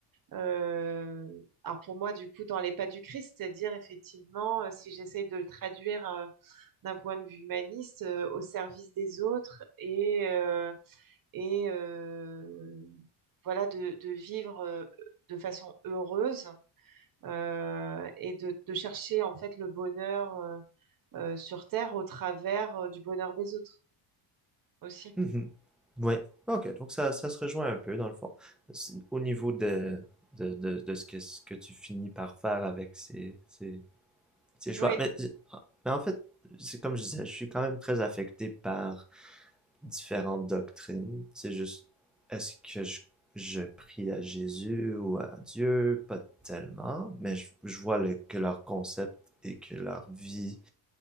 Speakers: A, on the right; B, in the centre.
A: euh, euh, alors pour moi, du coup, dans les pas du Christ, c'est-à-dire effectivement, euh, si j'essaye de le traduire euh, d'un point de vue humaniste, euh, au service des autres et euh, et euh, voilà de, de vivre euh, de façon heureuse euh, et de, de chercher en fait le bonheur euh, euh, sur Terre au travers euh, du bonheur des autres aussi.
B: Mhm. Ouais. OK, donc ça, ça se rejoint un peu dans le fond. C'est- Au niveau de, de, de, de ce que, ce que tu finis par faire avec ces, ces, ces choix.
A: Oui,
B: Mais, mais en fait, c'est comme je disais, je suis quand même très affecté par différentes doctrines. C'est juste, est-ce que je, je prie à Jésus ou à Dieu? Pas tellement, mais je, je vois le- que leur concept et que leur vie